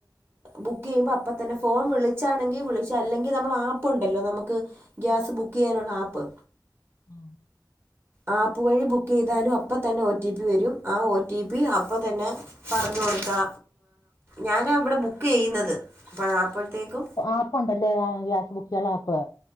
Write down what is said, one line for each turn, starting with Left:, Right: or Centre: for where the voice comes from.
Right: ബുക്ക് ചെയ്യുമ്പ അപ്പത്തന്നെ ഫോൺ വിളിച്ചാണെങ്കി വിളിച്ച് അല്ലെങ്കി നമ്മളാപ്പൊണ്ടല്ലോ നമുക്ക് ഗ്യാസ് ബുക്ക് ചെയ്യനൊള്ളാപ്പ്
Left: ആ
Right: ആപ്പ് വഴി ബുക്ക് ചെയ്താലും അപ്പ തന്നെ ഒ റ്റടി പി വരും ആ ഒ ടി പി അപ്പ തന്നെ പറഞ്ഞു കൊടുത്താ ഞാന അവിടെ
Left: അങ്ങനെ
Right: ബുക്ക് ചെയ്യുന്നത് അപ്പം അപ്പോഴത്തേക്കും
Left: ആപ്പ്ണ്ടല്ലേ ഗ്യാസ് ബുക്കിയുള്ള ആപ്പ്